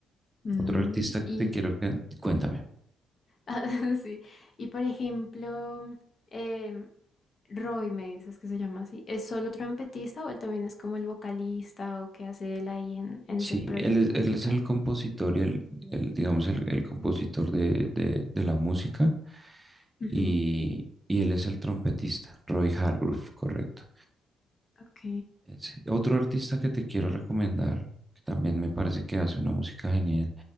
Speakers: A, on the left; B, on the right.
A: mm,
B: Otro artista que
A: y
B: te quiero que, cuéntame.
A: <laughs> ah, sí. Y por ejemplo, em, Roy me dices que se llama así. ¿Es solo trompetista o él también es como el vocalista o qué hace él ahí en, en
B: Sí,
A: ese proyecto
B: él es, él
A: musical?
B: es el compositor y el, el, digamos, el, el compositor de, de- de la música y,
A: Ujú,
B: y él es el trompetista, Roy Hargrove, correcto.
A: Ok.
B: Es- Otro artista que te quiero recomendar, que también me parece que hace una música genial,